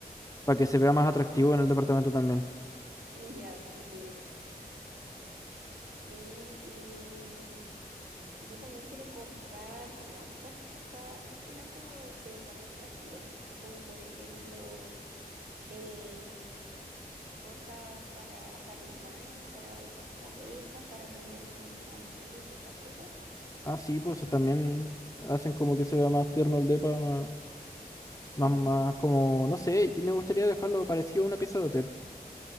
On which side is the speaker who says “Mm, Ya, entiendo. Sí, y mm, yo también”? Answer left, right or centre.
Right